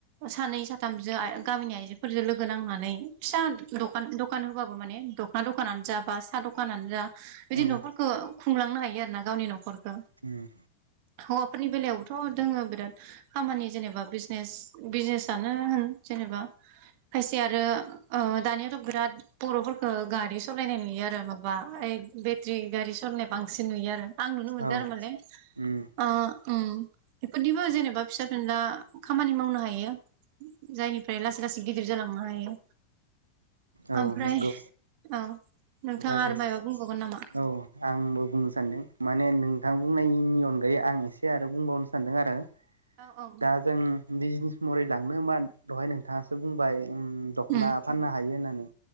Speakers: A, on the right; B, on the right.
A: सानै साथामजो गामिनि आइजोफोरजों लोगो नांनानै फिसा दखाना दखान होबाबो माने दखना दखानानो जा बा साह दखानानो जा बिदि
B: उम
A: नफोरखौ खुंलांनो हायो आरो ना गावनि नखरखौ।
B: उम
A: हौवाफोरनि बेलायावथ दोंङो बिराद खामानि जेनेबा बिजनेस बिजनेस आनो होन जेनेबा खायसे आरो ओ दानियाथ बिराद बरफोरफोरखौ गारि सालायनाय नुयो आरो माबा बेटारि गारि सालनाय बांसिन नुयो आरो आं नुनो मोनदों
B: औ
A: आरोमाने
B: उम
A: अ उम एफोरदिबो जेनेबा फिसा फिला खामानि मावनो हायो जायनिफ्राय लासै लासै गिदिर जालांनो हायो।
B: औ
A: ओमफ्राय
B: नंगौ
A: औ
B: ओमफ्राय
A: नोंथाङा आरो मायबा बुंबावगोन नामा।
B: औ आंबो बुंनो सानदों माने नोंथां बुंनायनि अनगायै आं एसे आरो बुंबावनो सानदों आरो
A: औ औ
B: दा जों बिजनेस मरै लांनो मा दहाय नोंथाङासो बुंबाय। ओम दखना
A: उम
B: फाननो हायो होननानै